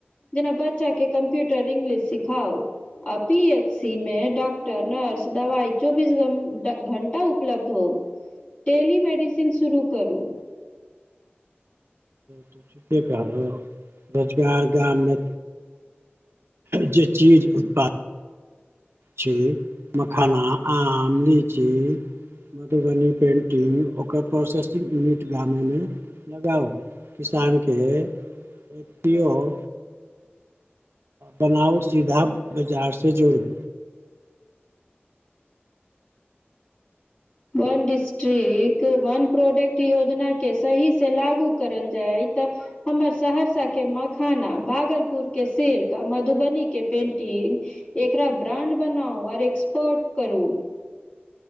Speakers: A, on the left; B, on the right.
A: जेना बच्चा के कम्प्यूटर इंग्लिश सिखाउ। आ पी एच सी मे डॉक्टर, नर्स, दवाइ चौबीस घ घण्टा उपलब्ध हो। टेली मेडिसिन शुरू करू।
B: त ठीके कहल यौ, रोजगार बिहारमे जे चीज उत्पाद छै मखाना, आम, लीची मधुबनी पे टिंग ओकर प्रोसेसिंग यूनिट गामेमे लगाउ। किसान के <unintelligible> बनाउ सीधा बाजारसँ जोड़ू।
A: वन डिस्ट्रिक्ट, वन प्रोडक्ट योजनाके सही से लागू करल जाय तऽ हमर सहरसा के मखाना, भागलपुर के सिल्क, मधुबनी के पेंटिंग एकरा ब्राण्ड बनाउ और एक्सपोर्ट करू।